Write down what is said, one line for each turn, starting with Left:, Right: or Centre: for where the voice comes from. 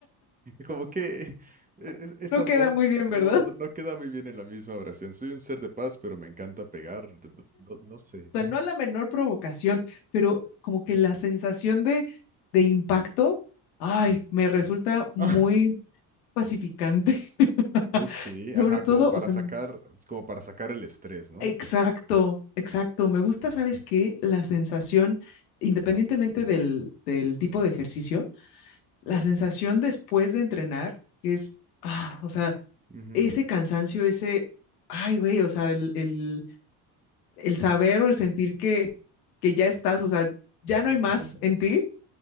Right: Como que e, es
Left: <laughs>
Right: esas
Left: no queda
Right: dos
Left: muy bien, ¿verdad?
Right: no, no, no queda muy bien en la misma oración. Soy un ser de paz, pero me encanta pegar. No, no- no sé.
Left: O sea, no a la menor provocación, pero como que la sensación de, de impacto, ay, me resulta muy
Right: <laughs>
Left: pacificante. <laughs>
Right: Ok,
Left: Sobre
Right: ajá,
Left: todo,
Right: como para
Left: o sea,
Right: sacar, como para sacar el estrés, ¿no?
Left: exacto, exacto. Me gusta, ¿sabes qué? La sensación, independientemente del, del tipo de ejercicio, la sensación después de entrenar, que es, ah, o sea,
Right: Ujú.
Left: ese cansancio, ese, ay, güey, o sea, el, el, el saber o el sentir que, que ya estás, o sea, ya no
Right: Ujú.
Left: hay más en ti.